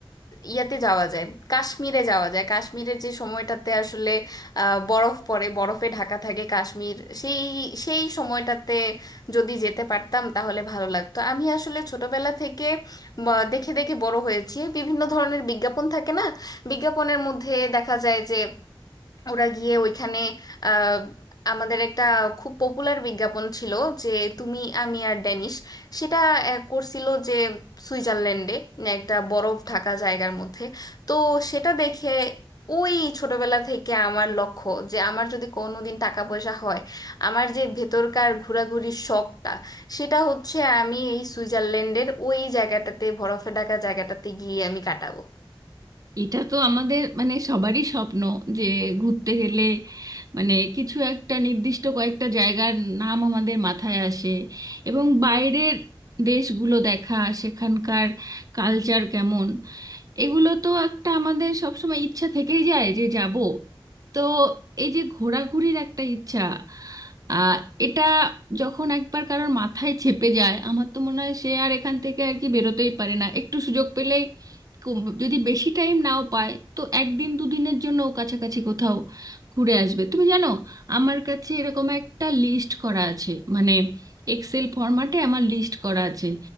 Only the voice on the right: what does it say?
এটা তো আমাদের মানে সবারই স্বপ্ন যে ঘুরতে গেলে মানে কিছু একটা নির্দিষ্ট কয়েকটা জায়গার নাম আমাদের মাথায় আসে এবং বাইরের দেশগুলো দেখা সেখানকার কালচার কেমন এগুলো তো একটা আমাদের সবসময় ইচ্ছা থেকেই যায় যে যাব তো এই যে ঘোরাঘুরির একটা ইচ্ছা আহ এটা যখন একবার কারোর মাথায় চেপে যায় আমার তো মনে হয় সে আর এখান থেকে আর কি বেরোতেই পারে না একটু সুযোগ পেলেই কম- যদি বেশি টাইম নাও পায় তো একদিন দুদিনের জন্য ও কাছাকাছি কোথাও ঘুরে আসবে তুমি জানো আমার কাছে এরকম একটা লিস্ট করা আছে মানে এক্সেল ফরম্যাটে আমার লিস্ট করা আছে